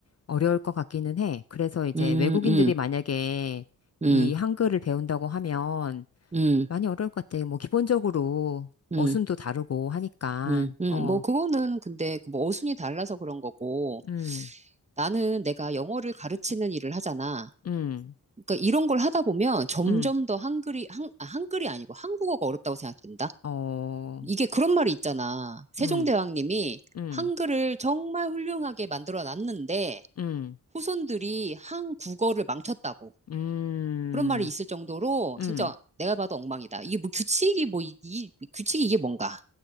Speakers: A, on the left; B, on the right.
A: 어려울 것 같기는 해. 그래서 이제
B: 응,
A: 외국인들이
B: 응,
A: 만약에
B: 응,
A: 이 한글을 배운다고 하면
B: 응,
A: 많이 어려울 것 같아. 뭐 기본적으로
B: 응,
A: 어순도 다르고 하니까,
B: 응, 응.
A: 어,
B: 뭐, 그거는 근데 그 뭐 어순이 달라서 그런 거고,
A: 음,
B: 나는 내가 영어를 가르치는 일을 하잖아.
A: 음,
B: 그러니까 이런 걸 하다 보면 점점
A: 음,
B: 더 한글이, 한, 아, 한글이 아니고 한국어가 어렵다고 생각된다?
A: 어,
B: 이게 그런 말이 있잖아. 세종대왕님이
A: 음, 음,
B: 한글을 정말 훌륭하게 만들어 놨는데,
A: 음,
B: 후손들이 한국어를 망쳤다고.
A: 음,
B: 그런 말이 있을 정도로
A: 음.
B: 진짜 내가 봐도 엉망이다. 이게 뭐 규칙이 뭐, 이, 이 규칙이 이게 뭔가.